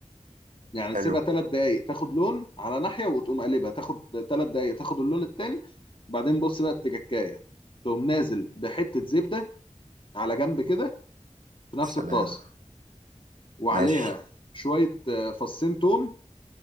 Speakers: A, on the left (about 40°); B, on the right (about 80°).
A: يعني
B: حلو
A: سيبها ثلاث دقائق تاخد لون على ناحيه وتقوم قلبها تاخد ثلاث دقائق تاخد اللون التاني وبعدين بص بقى التكاكايه تقوم نازل بحته زبده على جنب كده في نفس
B: سلام
A: الطاسه وعليها
B: ماشي
A: شويه آه، فصين توم